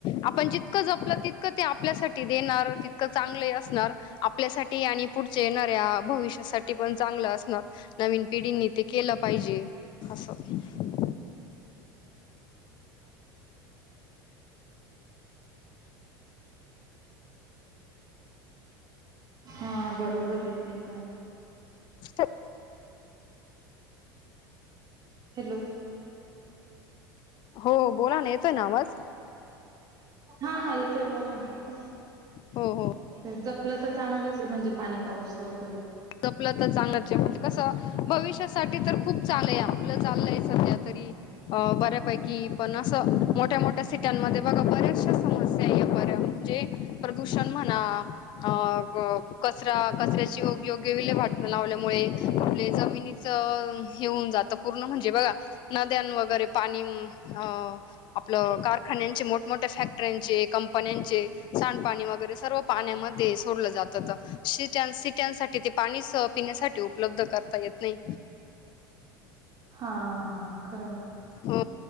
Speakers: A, on the left (about 40°); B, on the right (about 35°).
A: आपण जितकं जपलं तितकं- ते आपल्यासाठी देणार, तितकं चांगलेही असणार, आपल्यासाठी आणि पुढचे येणाऱ्या- भविष्यासाठी, पण चांगलं अस- नार नवीन पिढींनी ते केलं पाहिजे. असं-
B: हां बरोबर आहे. ते पण.
A: स <unintelligible>
B: हॅलो.
A: हो बोला ना, येतोय ना आवाज?
B: हा हा येतोय. बोला ना.
A: हो हो
B: जप जपलं तर चांगलंच आहे, म्हणजे पाणी पाऊस लवकर होईल
A: जपलं तर चांगलच, म्हणजे कसं, भविष्यासाठी तर खूप चाल आहे, आपलं चाललंय सध्या, तरी अ बऱ्यापैकी पण अस मोठ्या मोठ्या सिट्यांमध्ये बघा, बऱ्याचशा समस्या या म्हणजे प्रदूषण म्हणा अ अ कचरा कचऱ्याची ऊ योग्य वीले -वाट न लावल्यामुळे आपले जमिनीच हे होऊन जात पूर्ण म्हणजे बघा उद्यान वगैरे, पाणी अ आपलं कारखान्यांचे मोठमोठे फक रांचें कंपन्यांचे सांडपाणी, वगैरे सर्व पाण्यामध्ये सोडलं जात. सीटया, सिटयांसाठी पिण्यासाठी उपलब्ध करता येत नाही.
B: हा खरं आहे.
A: हो